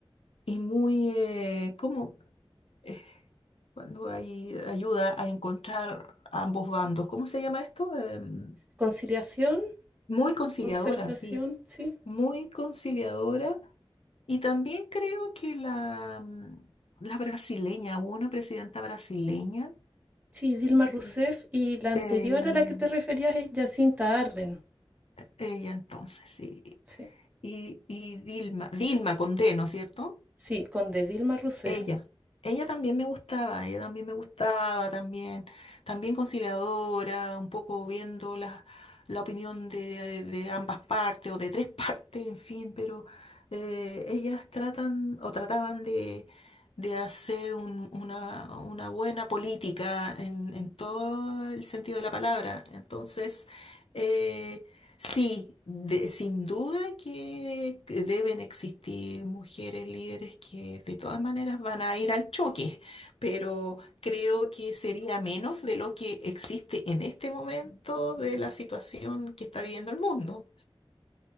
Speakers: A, on the left (about 80°); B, on the right (about 15°).
A: y muy, eh, como eh, cuando hay ayuda a encontrar ambos bandos, ¿cómo se llama esto? Em,
B: Conciliación,
A: muy conciliadora,
B: Concertación,
A: sí.
B: sí.
A: muy conciliadora. Y también creo que la, mm, la brasileña, hubo una presidenta brasileña,
B: Sí, Dilma
A: Sí.
B: Rousseff y la anterior
A: ella misma,
B: a la que te referías es Jacinta Arden.
A: ella entonces, sí.
B: Sí,
A: Y, y Dilma, Dilma con D, ¿no es cierto?
B: sí, con de Dilma Rousseff.
A: Ella, ella también me gustaba, ella también me gustaba, también, también conciliadora, un poco viendo la, la opinión de, de ambas partes o de tres <laughs> partes, en fin, pero eh, ellas tratan o trataban de, de hacer un- una, una buena política en, en todo el sentido de la palabra. Entonces, eh, Sí, de- sin duda que que deben existir mujeres líderes que de todas maneras van a ir al choque, pero creo que sería menos de lo que existe en este momento de la situación que está viviendo el mundo.